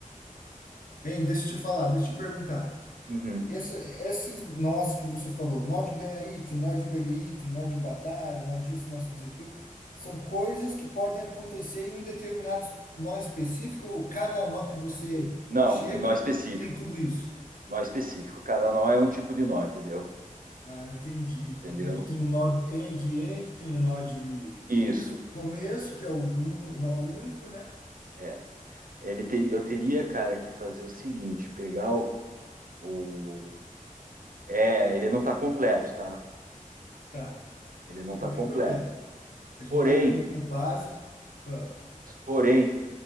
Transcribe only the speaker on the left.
Hein, deixa eu te falar, deixa eu te perguntar.
Essa, esses nós que você falou, nó de ganhar item, nó de perder item, nó de batalha, nó disso, nó disso, aquilo, são coisas que podem acontecer em um determinado es- nó específico, ou cada nó que você
chega
tem tudo isso.
Ah, entendi,
entendi. Tem um nó en- de end, tem um nó de, de
f- começo, que é o un- nó único, né?
Tá,
não
tem
problema. A gente
pega como base. Ah,